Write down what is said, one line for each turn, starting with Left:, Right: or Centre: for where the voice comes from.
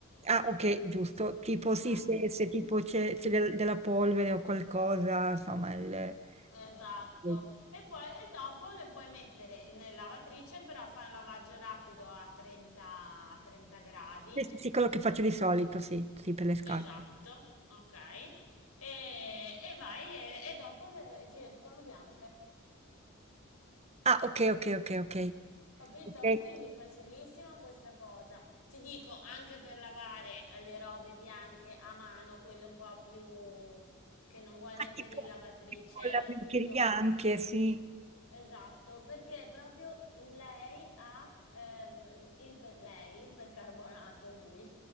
Right: Ah, okay, giusto. Tipo sì,
Left: Eh,
Right: se
Left: sì.
Right: se tipo c'è c'è del della polvere o qualcosa, insomma il
Left: Esatto,
Right: sì.
Left: e poi e dopo le puoi mettere nella lavatrice, però fai un lavaggio rapido a 30, a 30 gradi.
Right: Sì, sì, sì, quello che faccio di solito, sì, sì, per le scarpe.
Left: Esatto, ok. E, e vai e, e dopo le- ti escono bianche.
Right: Ah, okay, okay, okay, okay.
Left: Capito?
Right: Okay.
Left: Quindi è facilissima questa cosa. Ti dico, anche per lavare le robe bianche a mano, quelle un po' più che non vuoi mettere
Right: Ah, tipo
Left: in lavatrice,
Right: tipo la
Left: capito?
Right: biancheria anche, sì.
Left: Esatto, perché proprio lei ha ehm, il, per- lei, il percarbonato, lui